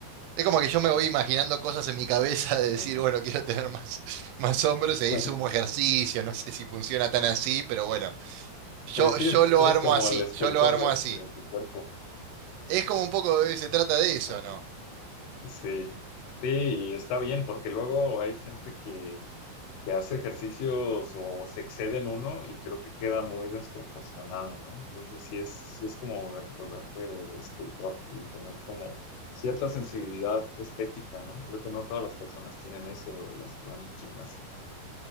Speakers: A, on the right; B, on the left.
A: Es como que yo me voy imaginando cosas en mi cabeza de
B: <laughs>
A: decir, bueno, quiero tener más, <laughs> más hombros y ahí
B: Ajá.
A: sumo ejercicio. No sé si funciona tan así, pero bueno, yo,
B: Pues sí,
A: yo
B: es-
A: lo
B: eres
A: armo
B: como
A: así,
B: el escultor
A: yo lo armo así.
B: de, de tu cuerpo.
A: Es como un poco, eh, se trata de eso,
B: Ajá.
A: ¿no?
B: Sí, sí, y está bien, porque luego hay gente que, que hace ejercicios o se excede en uno y creo que queda muy desproporcionado, ¿no? Entonces sí es, sí es como volverte escultor y tener como cierta sensibilidad estética, ¿no? Creo que no todas las personas tienen eso de las que van al gimnasio.